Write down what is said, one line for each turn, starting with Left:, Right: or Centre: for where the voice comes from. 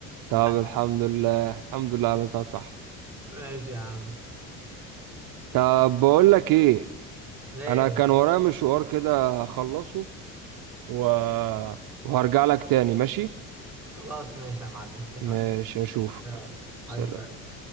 Centre: <laughs>
Right: طب الحمد لله الحمد لله عملتها صح
Centre: ماشي يا عم
Right: طب بقول لك ايه
Centre: ليه
Right: انا كان ورايا مشوار كده اخلصه و... وهرجع لك تاني ماشي
Centre: خلاص ماشي يا معلم اتفقنا
Right: مش هشوفك
Centre: يلا
Right: سلام
Centre: حبيبي